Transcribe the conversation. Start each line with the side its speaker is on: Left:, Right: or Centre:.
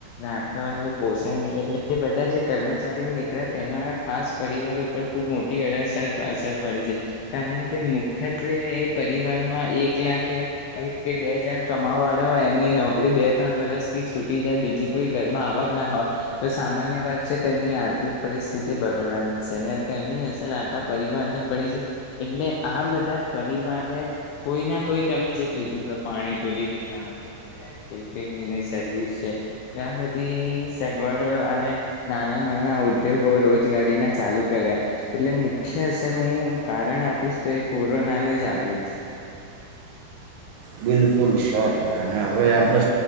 Left: રાખવાનું પોષાય નહીં એટલે એ બધા જે કર્મચારીઓ નીકળ્યા તેના ખાસ પરિવાર ઉપર ખૂબ મોટી ઘરે અસર પડી છે કારણ કે મુખ્યત્વે એ પરિવારમાં એક લાખ કે બે હજાર કમાવા વાળા હોય એમની નોકરી બે ત્રણ વરષથી છૂટી જાય બીજી કોઈ ઘરમાં આવક ના હોય તો સામાન્ય વાત છે તેમની આર્થિક પરિસ્થિતિ ગની છે ને એની અસર આખા પરિવારને પડી છે એટલે આ બધા પરિવારે કોઈ ના કોઈ તમે જે કીધું કે પાણીપુરીની લાડી છે ટિફિનની સર્વિસ છે આ બધી સગવડ અને નાના નાના ઉદ્યોગો રોજ રોજગારી ચાલુ કર્યા એટલે મુ્ય અસર હું કારણ આપીશ તો એ કોરોનાને જ આપીશ.
Right: બિલકુલ સો ટકા અને હવે આપણે